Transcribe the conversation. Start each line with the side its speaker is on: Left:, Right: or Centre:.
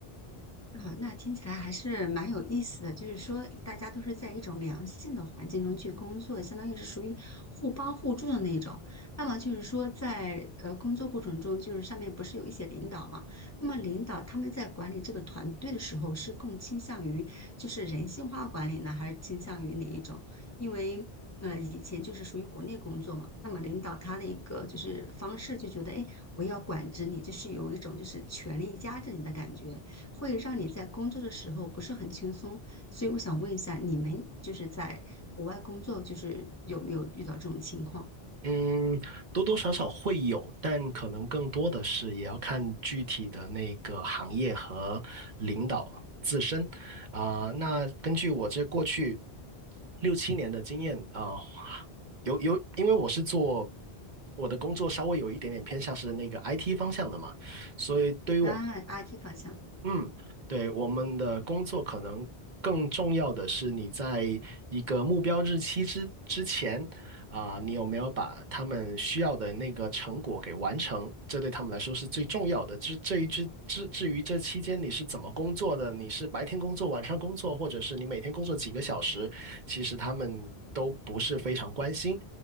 Left: 啊，那听起来还是蛮有意思的。就是说，大家都是在一种良性的环境中去工作，相当于是属于互帮互助的那种。那么就是说在，呃工作过程中，就是上面不是有一些领导嘛？那么领导他们在管理这个团队的时候，是更倾向于就是人性化管理呢，还是倾向于哪一种？因为呃，以前就是属于国内工作嘛，那么领导他的一个就是方式就觉得，哎，我要管制你，就是有一种就是权力压制你的感觉。会让你在工作的时候不是很轻松。所以我想问一下，你们就是在国外工作，就是有没有遇到这种情况？
Right: 嗯，多多少少会有，但可能更多的是也要看具体的那个行业和领导自身。啊、那根据我这过去六七年的经验啊、有有，因为我是做我的工作稍微有一点点偏向是那个 IT 方向的嘛，所以对于我们。
Left: 啊，阿 T 方向。
Right: 嗯，对，我们的工作可能更重要的是你在一个目标日期之之前啊、你有没有把他们需要的那个成果给完成？这对他们来说是最重要的。至至于至至至于这期间你是怎么工作的，你是白天工作、晚上工作，或者是你每天工作几个小时，其实他们都不是非常关心。